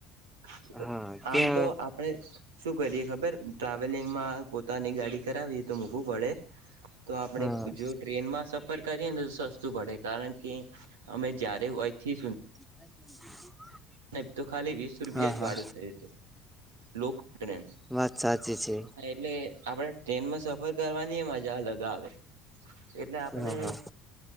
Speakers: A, on the right; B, in the centre.
A: <inaudible>
B: હા ત્યાં
A: આમ તો આપણે શું કરીએ ખબર ટ્રાવેલિંગમાં પોતાની ગાડી કરાવીએ તો મૂકવું પડે તો આપડે
B: હા
A: જો ટ્રેનમાં સફર કરીએ ને તો સસ્તું પડે કારણ કે અમે જ્યારે અય થી ફી
B: <inaudible>
A: <unintelligible> ખાલી વીસ રૂપિયા
B: હા
A: જ
B: હા
A: વાડું થયું હતું લોક <unintelligible> અને
B: વાત સાચી છે.
A: એટલે આપણે ટ્રેનમાં સફર કરવાની હો મજા અલગ આવે એટલે આપણે
B: હા હા